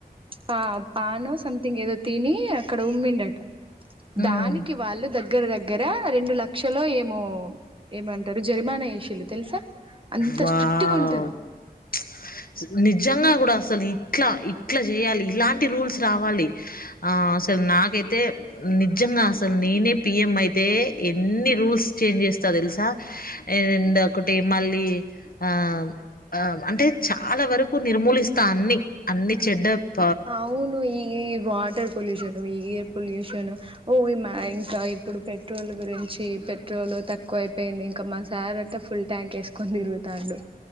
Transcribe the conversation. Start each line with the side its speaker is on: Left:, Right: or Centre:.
Right: పా పానో సంథింగ్ ఏదో తిని అక్కడ ఉమ్మిండట. దానికి
Left: ఉమ్
Right: వాళ్ళు దగ్గ దగ్గర దగ్గర రెండు లక్షలు ఏమో ఏమంటారు జరిమానా వేసిలు తెలుసా? అంత
Left: వావ్
Right: స్ట్రిక్ట్ గా ఉంటది
Left: ప్చ్ సు నిజంగా నిజంగా కూడా అసలు ఇట్లా ఇట్లా చేయాలి ఇలాంటి రూల్స్ రావాలి. ఆ అసలు నాక అయితే నిజంగా అసలు నేనే పిఎం అయితే ఎన్ని రూల్స్ చేంజ్ చేస్తా తెలుసా? అండ్ ఒకటి మళ్ళీ ఆ అ అంటే చాలా వరకు నిర్మూలిస్తా అన్ని అన్ని చెడ్డప్
Right: అవును ఈ వాటర్ పొల్యూషన్, ఈ ఏయిర్ పొల్యూషన్ ఓ మ ఇప్పుడు పెట్రోల్ గురించి పెట్రోల్ తక్కువ అయిపోయింది. ఇంకా మా సార్ అట్ట ఫుల్ ట్యాంక్ వేసుకుని తిరుగుతాండు